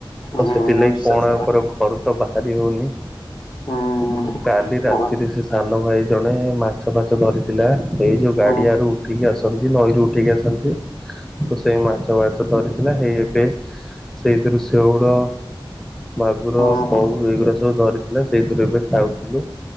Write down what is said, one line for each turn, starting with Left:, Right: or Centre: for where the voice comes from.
Left: ହୁଁ
Centre: ତ ସେଥିଲାଗି
Left: ଓଡିଶା
Centre: କଣ
Left: ସାରା
Centre: ଆଉ କରିବୁ ଘରୁ ତ ବାହାରି ହଉନି।
Left: ହୁଁ
Centre: କାଲି ରାତିରେ
Left: ହୁଁ
Centre: ସେ ସାନ ଭାଇ ଜଣେ ମା ମାଛ ଫାଛ ଧରିଥିଲା। ଏଇ ଯୋଉ ଗାଡିଆରୁ
Left: ହଁ ହଁ। ହୁଁ
Centre: ଉଠିକି ଆସନ୍ତି ନଈରୁ ଉଠିକି ଆସନ୍ତି। ସେଇ ମାଛ ବାଛ ଧରିଥିଲା ହେଇ ଏବେ ସେଇଥିରୁ ଶେଉଳ ମାଗୁର
Left: ହୁଁ।
Centre: କଉ ଏଇଗୁଡା ସବୁ ଧରିଥିଲେ ସେଇଥିରୁ ଏବେ ଖାଉଥିଲୁ।